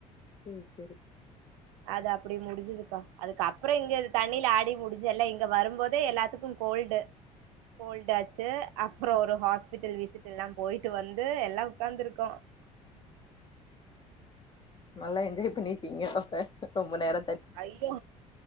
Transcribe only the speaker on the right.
அது அப்டி முடிஞ்சதுக்கா அதுக்கப் அப்புறோ இங்க தண்ணியில ஆடி முடிஞ்சு அல்ல இங்க வரும்போதே எலத்துக்கும் கோல்டு கோல்டு ஆச்சு அப்ரோ ஒரு ஹாஸ்பிட்டல் விசிட் எல்லா போயிட்டு வந்து எல்லா உக்காந்துருக்கோ
ஐயோ